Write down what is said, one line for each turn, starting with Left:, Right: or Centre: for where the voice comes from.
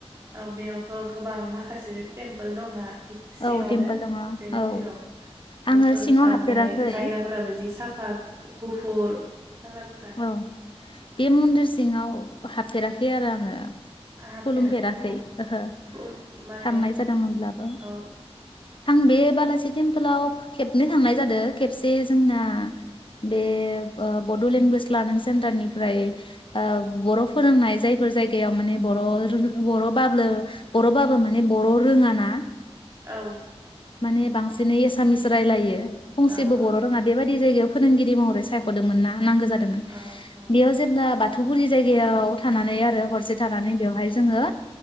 Right: औ बेयावथ' गोबां माखासे टेम्पोल दंना बि सिङावनो
Left: औ टेम्पोल दङ
Right: बे मन्दिराव
Left: औ आङो
Right: दस्रा
Left: सिङाव
Right: दस्रा
Left: हाबफेराखै
Right: ओमफाय जायगाफोर फ्राबो जि साफा गुफु-गुफुर खालार
Left: औ बे मन्दिर सिङाव हाबफेराखै आरो आङो।
Right: आंहा हाबफेराखै
Left: खुलुमफेराखै
Right: अ
Left: ओहो थांनाय
Right: खम माने
Left: जादोंमोनब्लाबो।
Right: औ
Left: आं बे बालाजि टेम्पोलाव खेबनै थांनाय जादो खेबसे जोंना बे ओ बड' लेंगुवेज लारनिं सेन्टारनिफ्राय ओ बर' फोरोंनाय जायफोर जायगायाव माने बर' रोहो बर' ब्लाब्लो बर'बाबो माने बर' रोङा ना।
Right: औ।
Left: माने बांसिनै एसामिस रायलायो फंसेबो
Right: औ औ
Left: बर' रोङा बे बायदि जायगायाव फोरोंगिरि महरै सायख'दोंमोन ना नांगौ जादोंमोन
Right: औ औ
Left: बेयाव जेब्ला बाथौगुरि जायगायाव थानानै आरो हरसे थानानै बेवहाय जोङो